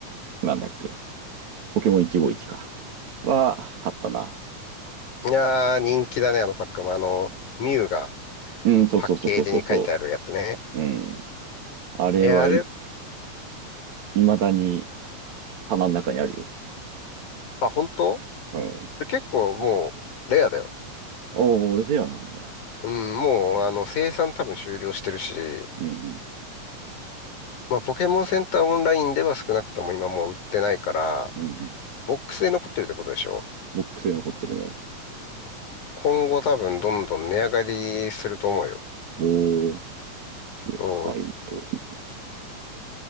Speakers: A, on the right (about 65°); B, on the left (about 75°).
A: なんだっけ、ポケモン151か。は、買ったな。
B: いやー、人気だね、あのパックも。あの、ミュウが
A: うん、そうそうそうそうそうそ
B: パッケージに書いてあるやつね。
A: う。うん。あれはい、
B: え、あれ、
A: 未だに棚の中にあるよ。
B: あ、本当
A: うん。
B: それ結構もう、レアだよね
A: おおレアなんだ。
B: うん、もう、あの、生産多分終了してるし、
A: うん、
B: まあ、ポケモンセンターオンラインでは少なくとも今もう売ってないから、
A: うん、うん。
B: ボックスで残ってるってことでしょ。
A: ボックスに残ってるね。
B: 今後多分どんどん値上がりすると思うよ。
A: おー、151買い取り。
B: そう、